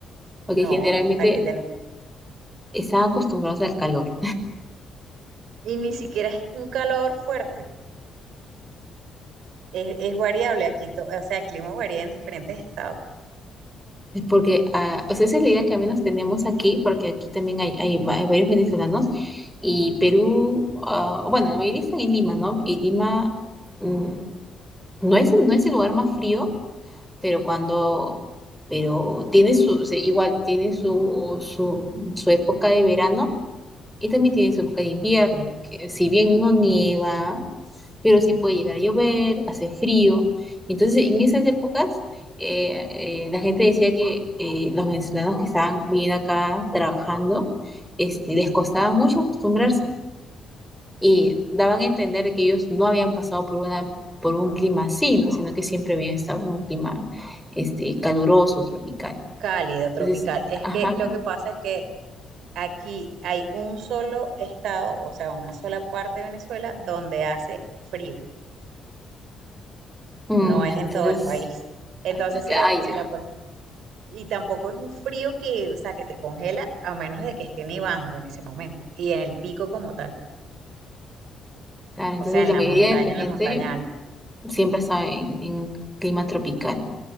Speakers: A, in the centre; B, on the right.
A: porque
B: No,
A: generalmente
B: hay que tener.
A: están acostumbrados al calor.
B: Y ni siquiera es un calor fuerte. Es, es variable aquí, to- o sea, el clima varía en diferentes estados.
A: Porque, ah, o sea, esa es la idea que al menos tenemos aquí, porque aquí también hay, hay, va- hay varios venezolanos y Perú, ah, bueno, la mayoría están en Lima, ¿no? Y Lima mm, no es, no es el lugar más frío, pero cuando, pero tiene su, o sea, igual tiene su, su, su época de verano y también tiene su época de invierno, que si bien no nieva, pero sí puede llegar a llover, hace frío. Entonces, en esas épocas, eh, eh, la gente decía que eh, los venezolanos que estaban viviendo acá trabajando, este, les costaba mucho acostumbrarse y daban a entender que ellos no habían pasado por una, por un clima así, ¿no? sino que siempre habían estado en un clima este, caluroso, tropical.
B: Cálido, tropical.
A: Entonces,
B: Es
A: ajá,
B: que lo que pasa es que aquí hay un solo estado, o sea, una sola parte de Venezuela donde hace frío.
A: mm,
B: No es
A: entonces,
B: en todo el país. Entonces,
A: ah,
B: si la,
A: ya,
B: si la, per- y tampoco es un frío que, o sea, que te congela a menos de que esté nevando en ese momento y en el pico como tal,
A: Claro, entonces
B: o sea, en
A: la
B: la
A: mayoría
B: montaña,
A: de gente
B: en la montaña alta.
A: siempre está en, en clima tropical.